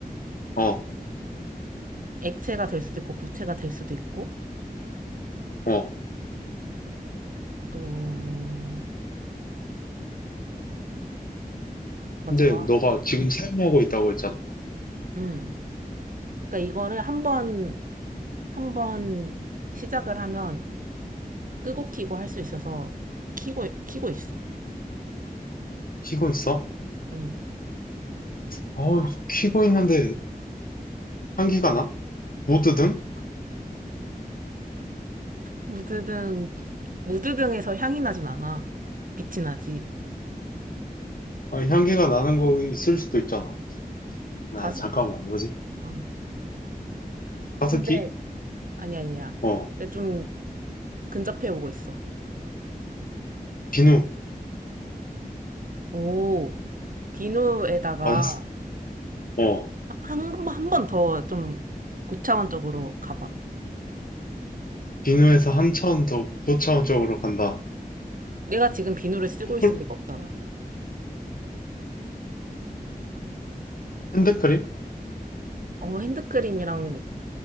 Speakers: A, on the left; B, on the right.
A: 어,
B: 액체가 될 수도 있고 고체가 될 수도 있고
A: 어.
B: 또 맞춰봐.
A: 근데 너가 지금 사용하고 있다고 했잖아.
B: 음. 그러니까 이거를 한번 한번 시작을 하면 끄고 키고 할 수 있어서 키고 키고 있어.
A: 키고 있어?
B: 음.
A: 어, 키고 있는데 향기가 나? 모드등?
B: 무드등 무드등에서 향이 나진 않아. 빛이 나지.
A: 아, 향기가 나는 거 있을 수도 있잖아. 아,
B: 가습.
A: 잠깐만. 뭐지?
B: 어.
A: 가습기?
B: 근데 아니 아니야.
A: 어,
B: 근데 좀 근접해 오고 있어.
A: 비누.
B: 오. 비누에다가
A: 완, 어,
B: 한 번 한 번 더 좀 고차원적으로 가봐.
A: 비누에서 한참 더 고차원적으로 간다.
B: 내가 지금 비누를 쓰고
A: 콜?
B: 있을 리가 없잖아.
A: 핸드크림?
B: 어, 핸드크림이랑